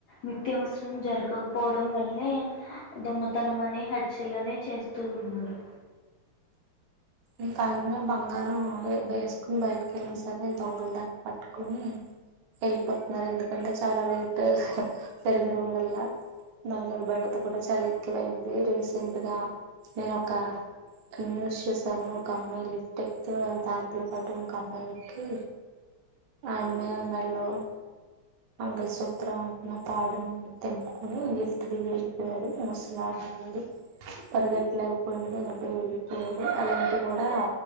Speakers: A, on the left; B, on the right.
A: నిత్యావసరం జరగకపోవడం వల్లే దొంగతనం అని, హత్యలనే చేస్తూ ఉన్నారు.
B: ఈ కాలంలో బంగారం వేసుకుని బయటకి వెళ్ళిన సరే దొంగలు దాన్ని పట్టుకుని వెళ్ళిపోతున్నారు. ఎందుకంటే చాలా రేట్ పెరగడం వల్ల బంగారు బెడద కూడా చాలా ఎక్కువయింది. రీసెంట్గా నేను ఒక న్యూస్ చే ను ఒక అమ్మాయి లిఫ్ట్ ఎక్తే దాంట్లో పాటు ఇంక అబ్బాయి ఎక్కి, ఆ అమ్మాయి మెళ్ళో మంగలి సూత్రం అన్న తాడు తెంపుకుని లిఫ్ట్ దిగి వెళ్ళిపోయాడు మోసలాగాయాడు పరిగెట్టలేకపోయింది అబ్బయి వెళ్ళిపోయాడు. అలాంటివి కూడా